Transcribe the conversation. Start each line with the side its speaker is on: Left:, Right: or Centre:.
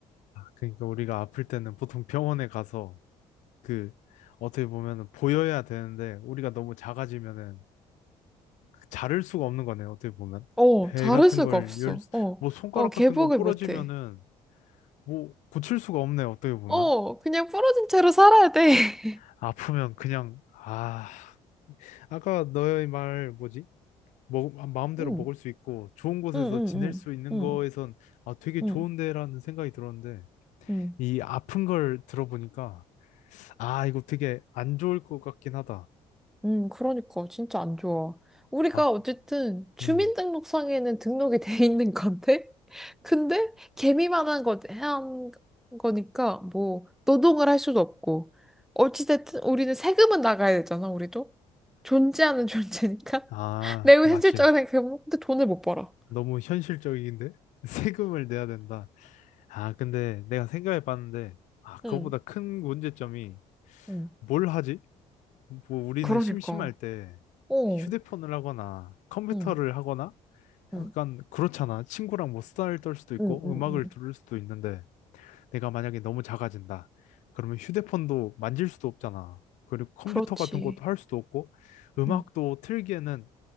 Left: 그러니까 우리가 아플 때는 보통 병원에 가서 그 어떻게 보면은 보여야 되는데 우리가 너무 작아지면은 자를 수가 없는 거네요. 어떻게 보면
Centre: 어,
Left: 배
Centre: 잘를
Left: 같은
Centre: 수가
Left: 걸
Centre: 없어.
Left: 열, 수-
Centre: 어,
Left: 뭐 손가락
Centre: 어, 개복을
Left: 같은 거 부러지면은
Centre: 못해.
Left: 뭐 고칠 수가 없네요. 어떻게 보면
Centre: 어, 그냥 부러진 채로 살아야 돼. <laughs>
Left: 아프면 그냥 아 아까 너의 말 뭐지? 먹, 마음대로
Centre: 응,
Left: 먹을 수 있고 좋은 곳에서
Centre: 응, 응,
Left: 지낼
Centre: 응,
Left: 수 있는
Centre: 응,
Left: 거에선 아 되게
Centre: 응,
Left: 좋은데라는 생각이 들었는데
Centre: 응.
Left: 이 아픈 걸 들어보니까 아 이거 되게 안 좋을 것 같긴 하다.
Centre: 음, 그러니까 진짜 안 좋아. 우리가
Left: 아,
Centre: 어쨌든 주민등록상에는
Left: 음.
Centre: 등록이 <laughs> 돼 있는 건데, <laughs> 근데 개미만 한 거, 한 거니까 뭐 노동을 할 수도 없고, 어찌됐든 우리는 세금은 나가야 되잖아, 우리도. 존재하는 <laughs> 존재니까.
Left: 아,
Centre: 매우
Left: 맞지.
Centre: 현실적인 생각해보면 근데 돈을 못 벌어.
Left: 너무 현실적인데? <laughs> 세금을 내야 된다. 아, 근데 내가 생각해 봤는데, 아, 그거보다
Centre: 응,
Left: 큰 문제점이
Centre: 응.
Left: 뭘 하지? 뭐, 우리는
Centre: 그러니까.
Left: 심심할 때
Centre: 어,
Left: 휴대폰을 하거나 컴퓨터를
Centre: 응,
Left: 하거나
Centre: 응,
Left: 약간 그렇잖아. 친구랑 뭐 수다를 떨 수도 있고
Centre: 응, 응,
Left: 음악을
Centre: 응.
Left: 들을 수도 있는데, 내가 만약에 너무 작아진다. 그러면 휴대폰도 만질 수도 없잖아. 그리고 컴퓨터
Centre: 그렇지.
Left: 같은 것도 할 수도 없고, 음악도
Centre: 응.
Left: 틀기에는